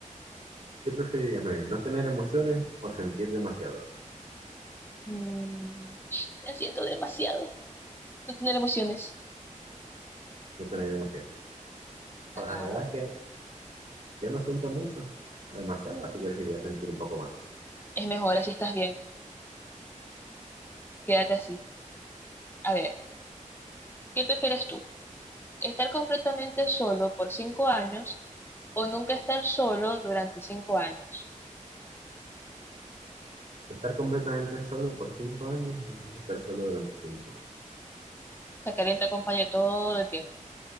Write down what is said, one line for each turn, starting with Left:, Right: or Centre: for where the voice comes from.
Right: ¿Qué preferirías, Mary? ¿No tener emociones o sentir demasiado?
Left: Mm, la siento demasiado. No tener emociones.
Right: No tener emociones. Pues
Left: Ajá.
Right: la verdad es que yo no siento mucho, demasiado, así que elegiría sentir un poco más.
Left: Es mejor así estás bien. Quédate así. A ver, ¿qué prefieres tú? ¿Estar completamente solo por cinco años o nunca estar solo durante cinco años?
Right: Estar completamente solo por 5 años o nunca estar solo durante 5 años.
Left: O sea, que alguien te acompañe todo el tiempo,